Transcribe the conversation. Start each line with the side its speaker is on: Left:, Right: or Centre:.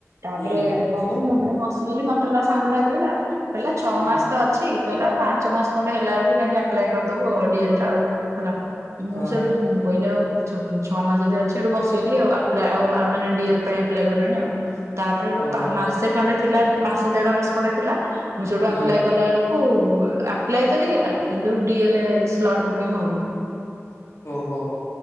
Right: ତାପରେ
Left: ହୁଁ
Right: କଁ କଇଲୁ ମୁଁ ଗୋଟେ ହ ମତେ ସାଙ୍ଗଟା କହିଲା କହିଲା ଛଅ
Left: ହୁଁ
Right: ମାସ ତ ଅଛି କଇଲା ପାଞ୍ଚ ମାସ୍ କଣ୍ଡେ ହେଲା ବେଳକୁ ଯାଇକି ଆପ୍ଲାଏ କରିଦବୁ ଡି ଏଲ୍ ଟା ଆଉ ହେଲା, ମୁଁ
Left: ହଁ
Right: ସେଇଠୁ ମୁଁ କହିଲି ଆଉ ଛଅ ମାସ ଯଦି ଅଛି ହେଠୁ ବସିଗଲି ଆଉ, ଆପ୍ଲା ଆଉ ଡିଏଲ ପାଇଁ ଆପ୍ଲାଏ କଲିନି ଆଉ। ତାପରେ ହେଟୁ
Left: ଓହୋ
Right: ମାସେ ଖଣ୍ଡେ ଥିଲା ମାସେ ଦେଢ ମାସେ ଖଣ୍ଡେ ଥିଲା ମୁଁ ସେଠୁ
Left: ହୁଁ
Right: ଆପ୍ଲାଏ କଲା ବେଳକୁ ଆପ୍ଲାଏ ତ ହେଇଗଲା କିନ୍ତୁ ଡ଼ିଏଲ ଏ ସ୍ଲଟ୍ ବୁକିଂ ହୋଉନି।
Left: ଓହୋ